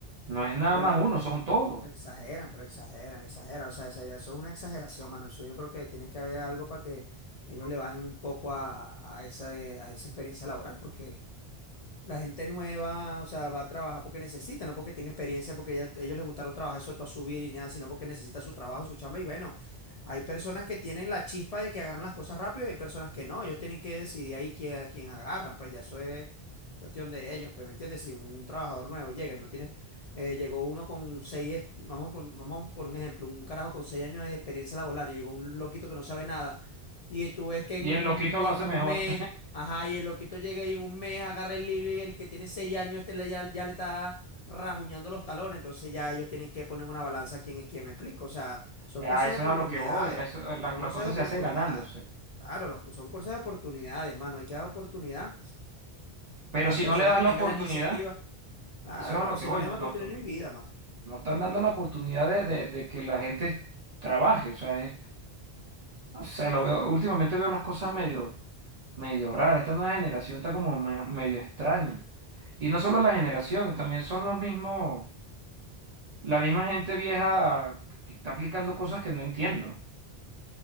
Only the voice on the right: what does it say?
no es nada
más
uno, son todos.
Y
el loquito lo
hace
mejor.
<laughs>
A
eso
es a lo que voy, a eso, eh, las,
las
cosas
se hacen ganándose.
Pero
si
no le das
la
oportunidad,
eso es a
lo
que voy,
no,
no,
están-
no están
dando
la oportunidad de, de- de que la gente trabaje. O sea, es- no sé, lo
veo,
últimamente veo las cosas medio. medio rara. Esta nueva generación está como me- medio extraña. Y no solo la generación, también son los mismos, la misma gente vieja que está aplicando cosas que no entiendo.